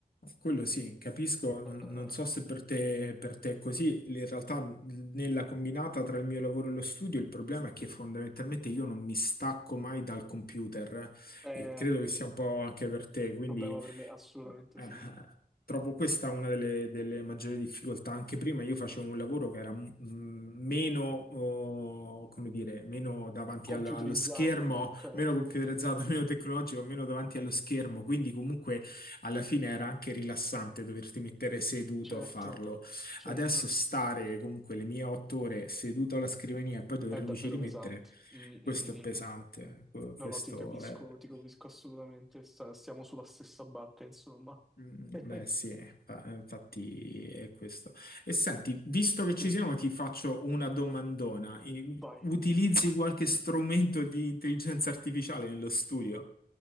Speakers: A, on the left; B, in the centre.
A: Quello sì, capisco, non,
B: Eh, eh,
A: non
B: eh.
A: so se per te, per te è così, in realtà nella combinata tra il mio lavoro e lo studio il problema è che fondamentalmente io non mi stacco mai dal computer
B: Eh,
A: eh, e credo che sia un po' anche per te, quindi
B: problema per me, assolutamente
A: eh,
B: sì.
A: trovo questa una delle, delle maggiori difficoltà. Anche prima io facevo un lavoro che era mm, meno, oh, come dire, meno davanti
B: Computerizzato,
A: al- allo schermo,
B: ok?
A: meno computerizzato, <laughs> meno tecnologico, meno davanti allo schermo, quindi comunque alla fine era anche rilassante doverti mettere seduto
B: Certo,
A: a farlo.
B: certo.
A: Adesso stare comunque le mie otto ore seduto alla scrivania e poi dovermici
B: È davvero
A: rimettere,
B: pesante. Mm, mm,
A: questo
B: mm,
A: è pesante.
B: mm.
A: que-
B: No,
A: Questo
B: no, ti capisco,
A: è...
B: ti capisco assolutamente. Sta- stiamo sulla stessa barca, insomma.
A: Mm,
B: <laughs>
A: Beh sì, eh, fa- eh, infatti è questo. E senti, visto che ci
B: Dimmi,
A: siamo, ti faccio una domandona. I-
B: vai.
A: Utilizzi qualche strumento di intelligenza artificiale nello studio?